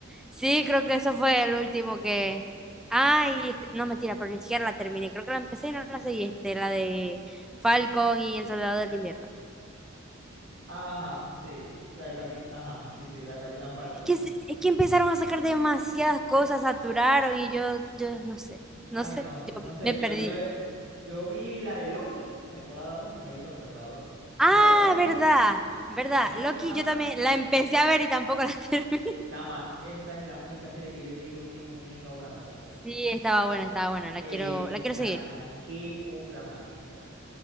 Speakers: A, in the centre; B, on the right (about 75°).
A: sí, creo que eso fue el último que. Ay, este- no, mentira, pero ni siquiera la terminé. Creo que la empecé y no la seguí, este, la de Falcon y El Soldado del Invierno.
B: Ajá, sí, la de Capitán, ajá, sí, sí, la de Capitán Falcon.
A: que, se- que empezaron a sacar demasiadas cosas, saturaron y yo, yo no sé, no
B: Ay,
A: sé,
B: no,
A: yo
B: no sé,
A: me
B: yo,
A: perdí.
B: yo, de- yo vi la de Loki, temporada uno no he visto la temporada dos
A: Ah,
B: Vi la de Loki,
A: verdad, verdad.
B: buenísima.
A: Loki, yo también la empecé a ver y tampoco la <laughs> terminé.
B: Chama, esa es la única serie que yo te digo que mondenga obra maestra.
A: Sí, estaba buena, estaba buena. La
B: Ey,
A: quiero, la quiero
B: chama,
A: seguir.
B: qué obra maestra,